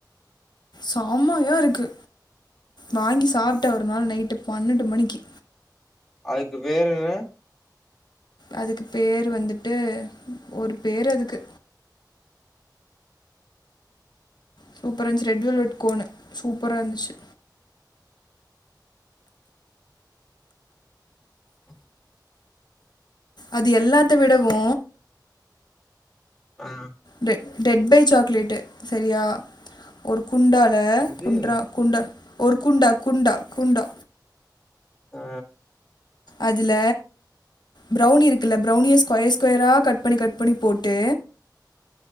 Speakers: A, on the left (about 70°); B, in the centre.
A: சம்மையா இருக்கு வாங்கி சாப்டேன் ஒரு நாள் நைட்டு பன்னண்டு மணிக்கு
B: அதுக்கு பேர் என்ன
A: அதுக்கு பேரு வந்துட்டு ஒரு பேர் அதுக்கு சூப்பரா இருந்துச்சு ரெட் வெல்வெட் கோனு சூப்பரா இருந்துச்சு
B: <inaudible>
A: அது எல்லாத்தவிடவு
B: ஆ
A: டெ டெட் பை சாக்லேட்டு சரியா ஒரு குண்டால
B: என்னது
A: குண்றா குண்டா ஒரு குண்டா குண்டா குண்டா
B: ஆ
A: அதுல ப்ரௌனி இருக்குல்ல ப்ரௌனிய ஸ்கொயர் ஸ்கொயரா கட் பண்ணி கட் பண்ணி போட்டு